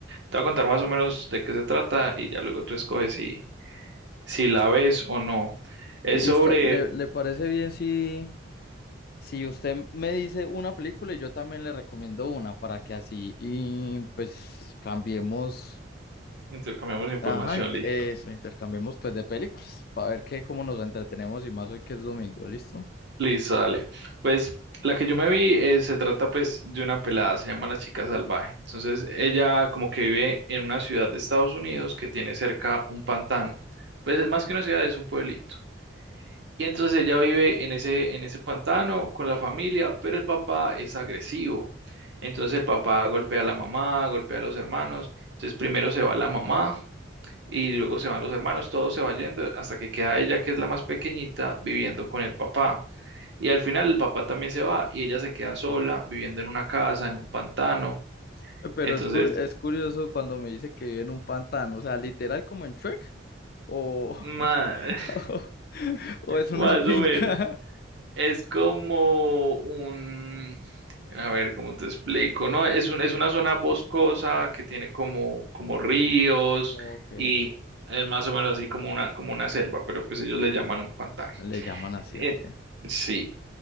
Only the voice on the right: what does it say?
Te voy a contar más o menos de qué se trata y ya luego tú escoges si, si la ves o no. Es
sobre,
intercambiamos información,
listo.
Listo, dale. Pues la que yo me vi eh, se trata pues de una pelada, se llama La Chica Salvaje. Entonces ella como que vive en una ciudad de Estados Unidos que tiene cerca un pantano. Pues es más que una ciudad, es un pueblito. Y entonces ella vive en ese, en ese pantano con la familia, pero el papá es agresivo. Entonces el papá golpea a la mamá, golpea a los hermanos. Entonces primero se va la mamá y luego se van los hermanos, todo se va yendo hasta que queda ella, que es la más pequeñita, viviendo con el papá. Y al final el papá también se va y ella se queda sola, viviendo en una casa, en un pantano.
Entonces,
ma-
<laughs>
más,
o menos, es como un, a ver, ¿cómo te explico? No, es un, es una zona boscosa que tiene como, como ríos
y es más o menos así como una, como una selva, pero pues ellos le llaman un pantano.
Eh,
sí,